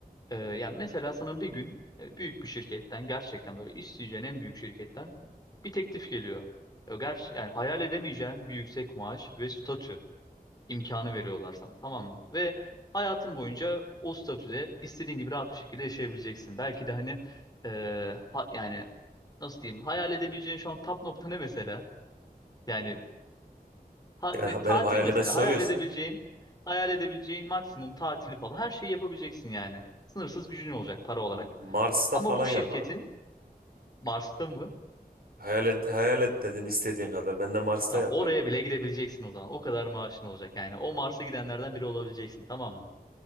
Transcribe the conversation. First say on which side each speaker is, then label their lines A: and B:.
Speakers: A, on the left; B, on the right.
A: E, yani mesela sana bir gün e, büyük bir şirketten gerçekten böyle isteyeceğin en büyük şirketten bir teklif geliyor. Ya ger yani hayal edemeyeceğin bir yüksek maaş ve statü imkanı veriyorlar sana tamam mı? Ve hayatın boyunca o statüde istediğin gibi rahat bir şekilde yaşayabileceksin. Belki de hani e, ha- yani nasıl diyeyim hayal edebileceğin şu an tap nokta ne mesela? Yani Ha-
B: Yani
A: ve tatil
B: benim hayalime
A: mesela
B: soruyorsan
A: hayal edebileceğin, hayal edebileceğin maksimum tatili falan her şeyi yapabileceksin yani. Sınırsız gücün olacak para olarak.
B: M- Mars'ta
A: Ama
B: falan
A: bu şirketin
B: yaparım.
A: Mars'ta mı?
B: Hayal et, hayal et dedin istediğin kadar. Ben de Mars'ta
A: Tamam,
B: yaparım.
A: oraya bile gidebileceksin o zaman. O kadar maaşın olacak yani. O Mars'a gidenlerden biri olabileceksin tamam mı?